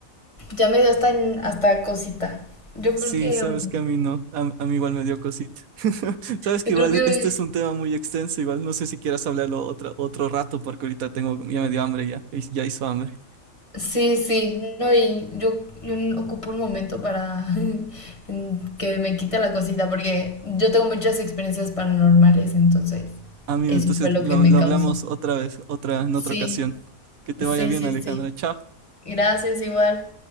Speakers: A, on the left; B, on the right.
A: ya me dio hasta, hasta cosita. Yo
B: Sí,
A: creo que,
B: sabes
A: oh,
B: que a mí no, a, a mí igual me dio cosita. <laughs> Sabes
A: yo
B: que igual
A: creo que
B: este es un tema muy extenso, igual no sé si quieras hablarlo otro, otro rato porque ahorita tengo, ya me dio hambre ya, y- ya hizo hambre.
A: sí, sí. No, y yo, yo no ocupo un momento para <laughs> que me quite la cosita, porque yo tengo muchas experiencias paranormales, entonces
B: Amigo,
A: eso
B: entonces
A: fue lo
B: lo,
A: que me
B: lo
A: causó.
B: hablamos otra vez, otra, en
A: Sí,
B: otra ocasión. Que te
A: sí,
B: vaya bien,
A: sí,
B: Alejandra.
A: sí.
B: Chao.
A: Gracias igual.